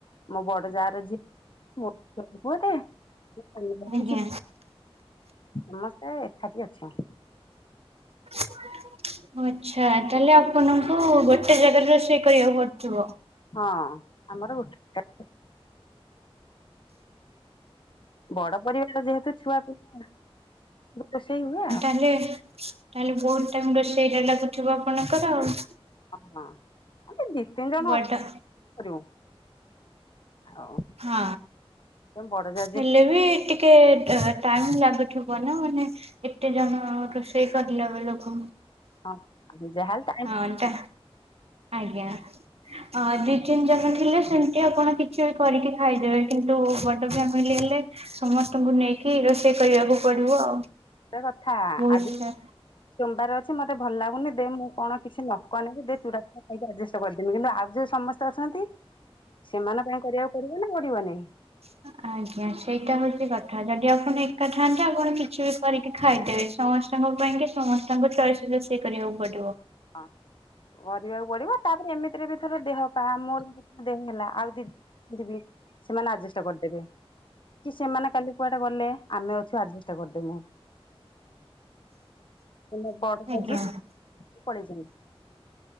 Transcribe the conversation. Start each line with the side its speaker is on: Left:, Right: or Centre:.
Left: ମୋ ବଡ ଯା ର ଝିଅ ଟେ ମୋର ପୁଅ ଟେ ମୋ ସାନ ଯାର
Right: ଆଜ୍ଞା
Left: କିଛି ସମସ୍ତେ ଏକାଠି ଅଛ
Right: <unintelligible> ଆଚ୍ଛା ତାହେଲେ ଆପଣଙ୍କୁ ଗୋଟେ ଜାଗାରେ ରୋଷେଇ କରିବାକୁ ପଡୁଥିବ।
Left: ହଁ, ଆମର ଗୋଟେ ଯାଗାରେ ବଡ ପରିବାର ଯେହେତୁ ଛୁଆ ପିଲା ରୋଷେଇ ହୁଏ। ଆଉ
Right: ତାହାଲେ ତାହେଲେ ବହୁତ ଟାଇମ ରୋଷେଇଟା ଲାଗୁଥିବ ଆପଣଙ୍କର ଆଉ
Left: ହଁ, ଆମେ ଦି ତିନି ଜଣ
Right: ବଡ଼
Left: ଅଛୁ ଆଉ କଣ କରିବୁ ଆଉ
Right: ହଁ,
Left: ବଡ ଯା ଯିଏ
Right: ହେଲେ ବି ଟି ଟିକେ ଟାଇମ ଲାଗୁଥିବ ନା ମାନେ ଏତେ ଜଣ ରୋଷେଇ କରିଲା ବେଳକୁ
Left: ହଁ, ଜାହାଲେ
Right: ହଁ, ଟା ଆଜ୍ଞା। ଅ ଦି ତିନି ଜଣ ଥିଲେ ସେମିତି ଆପଣ କିଛି ବି କରିକି ଖାଇଦେବେ କିନ୍ତୁ ବଡ ଫ୍ୟାମିଲି ହେଲେ। ସମସ୍ତଙ୍କୁ ନେଇକି ରୋଷେଇ କରିବାକୁ ପଡିବ ଆଉ
Left: ସେଟା କଥା
Right: ବହୁତ
Left: ଆଜି ସୋମବାର ଅଛି ମତେ ଭଲ ଲାଗୁନି ଦେ ମୁଁ କଣ କିଛି ନ କଣ ବନେଇ ବି ଦେ ଚୂଡ଼ା ଫୁଡା ଖାଇକି ଆଜେଷ୍ଟ କରିଦେବି କିନ୍ତୁ ଆଉ ଯୋଉ ସମସ୍ତେ ଅଛନ୍ତି। ସେମାନଙ୍କ ପାଇଁ କରିବାକୁ ପଡିବ ନା ପଡିବ ନାଇଁ?
Right: <unintelligible> ଆଜ୍ଞା ସେଇଟା ହଉଛି କଥା ଯଦି ଆପଣ ଏକା ଥାଆନ୍ତେ ଆପଣ କିଛି ବି କରିକି ଖାଇଦେବେ? ସମସ୍ତଙ୍କ ପାଇଁ କି ସମସ୍ତଙ୍କୁ ଚଏସ ରୋଷେଇ କରିବାକୁ ପଡିବ।
Left: ହଁ। କରିବାକୁ ପଡିବ ତାପରେ ଏମିତିରେ ବି ଥର ଦେହ ପା ମୋର ଦେହ ହେଲା ଆଉ ଦି ଯିବି ସେମାନେ ଆଜେଷ୍ଟ କରିଦେବେ। କି ସେମାନେ କାଲି କୁଆଡେ ଗଲେ ଆମେ ଅଛୁ ଆଜେଷ୍ଟ କରିଦେବୁ। <inaudible>
Right: ଆଜ୍ଞା